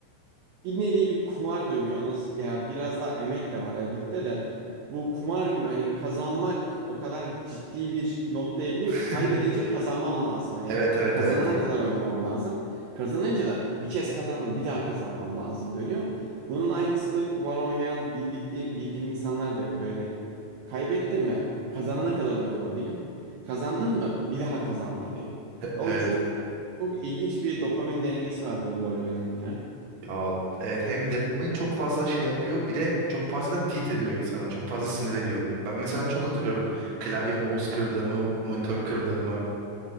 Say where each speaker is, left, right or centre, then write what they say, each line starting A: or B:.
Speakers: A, on the right; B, on the right.
A: bir nevi bir kumar dönüyor. Nasıl ya biraz daha emek de var elbette de bu kumar gibi hani kazanmak o kadar ciddi bir noktaya biniyor
B: <laughs>
A: ki kaybedince kazanmam lazım. Hani
B: Evet evet
A: kazanana
B: evet.
A: kadar oynamam lazım. Kazanınca da bir kez kazandım bir daha kazanmam lazım dönüyor. Bunun aynısını kumar oynayan birlikte bildiğim insanlar da yapıyor. Hani kaybettim mi kazanana kadar oynamalıyım. Kazandın mı bir daha kazanmalıyım. O
B: Evet.
A: çok çok ilginç bir dopamin dengesi var bu LoL oyunun ya.
B: Ya evet hem dopamin çok fazla şey yapıyor bir de çok fazla da tilt ediyor insana. Çok fazla sinir ediyor. Ben mesela çok hatırlıyorum klavye mouse kırdığımı, monitör kırdığımı